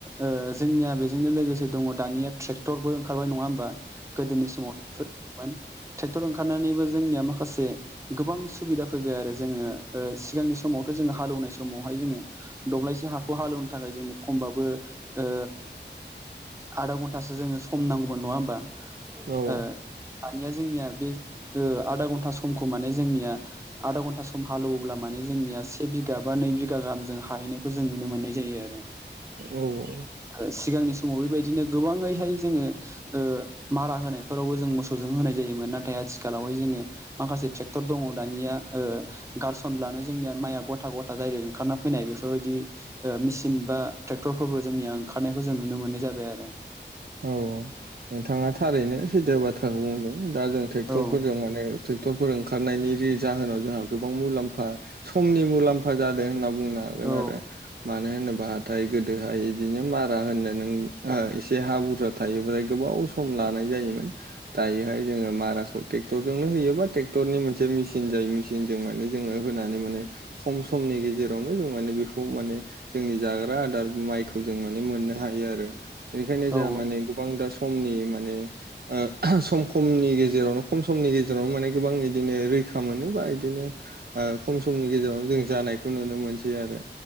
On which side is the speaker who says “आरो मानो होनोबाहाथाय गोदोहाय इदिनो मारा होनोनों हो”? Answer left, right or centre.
Right